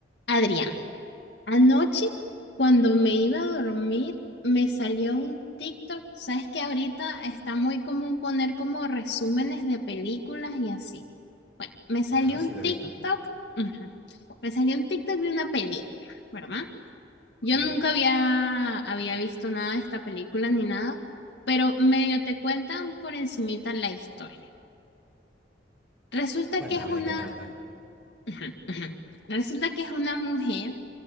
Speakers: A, on the left; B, in the centre.
A: Adrián, anoche cuando me iba a dormir me salió un TikTok. Sabes que ahorita está muy común poner como resúmenes de películas y así. Bueno, me salió
B: Ajá, sí
A: un
B: lo
A: TikTok,
B: he visto.
A: ujú, me salió un TikTok de una película, ¿verdad? Yo
B: Ok.
A: nunca había, había visto nada de esta película ni nada, pero medio te cuentan por encimita la historia. Resulta
B: Cuéntame
A: que es una,
B: de qué trata.
A: ujú, ujú, resulta que es una mujer